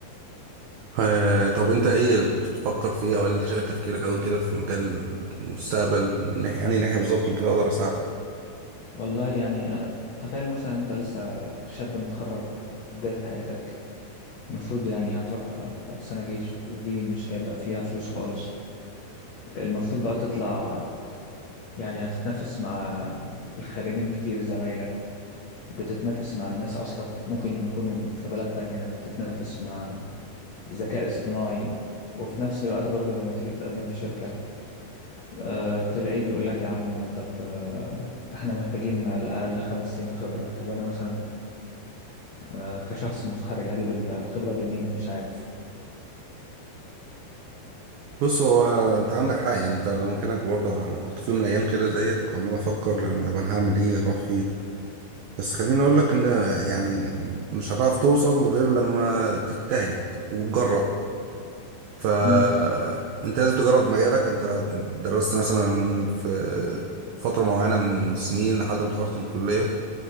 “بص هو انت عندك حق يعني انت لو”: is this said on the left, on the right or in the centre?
Right